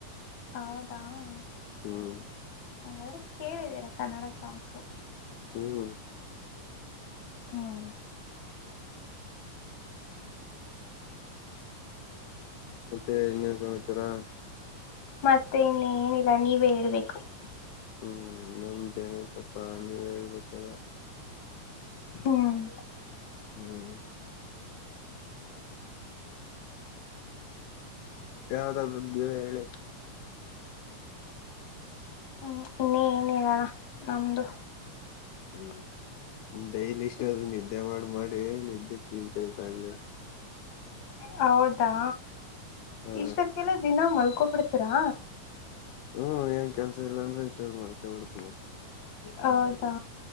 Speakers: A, on the left (about 45°); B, on the left (about 80°).
A: ಹೌದಾ..
B: ಹ್ಮ್
A: <inaudible> ಹಾಗಾದ್ರೆ, ಕೇಳಿದೀರ, ಕನ್ನಡ ಸಾಂಗ್ಸು. <inaudible>
B: ಹ್ಮ್.. <inaudible>
A: ಹಾ.. <inaudible>
B: ಮತ್ತೆ, ಇನ್ನೇನ್ ಸಮಾಚಾರ? <inaudible>
A: ಮತ್ತೆ, ಇನ್ನು, ಏನಿಲ್ಲ ನೀವೇ ಹೇಳ್ಬೇಕು? <inaudible>
B: ಹ್ಮ್, ನಮ್ದ್ ಏನಾಯ್ತುಪಾ, ನೀವೇ, ಹೇಳ್ಬೇಕೆಲ್ಲ.. <inaudible>
A: ಹ್ಮ್.. <inaudible>
B: ಹ್ಮ್, ಯಾವುದಾದು, ನೀವೇ ಹೇಳಿ? <inaudible>
A: ಹ್ಮ್, ನೀನೆಹೇಳು, ನಾಮಧು. <inaudible>
B: ಹ್ಮ್... <inaudible> ಡೈಲಿ, ಇಷ್ಟು, ಅದೇ, ನೀನು. <inaudible> ನಿದ್ದೆ, ಮಾಡಿ, ಮಾಡಿ, ನಿದ್ದೆ ಕೇಳ್ತಾ ಇದೆ ಅಂಗೆ? <inaudible>
A: ಹೌದಾ
B: ಹಾ
A: ಈ ಸ ಕೆಲ್ಲ ದಿನ ಮಲ್ ಕಪಿತರಾ
B: ಹ್ಮ್ ಏನ್ ಕೆಲ್ಸ ಇಲ್ಲಾಂದ್ರೆ ಇಷ್ಟ ಅ ಮಕ ಬಿಡ್ತೀನಿ
A: ಹೌದಾ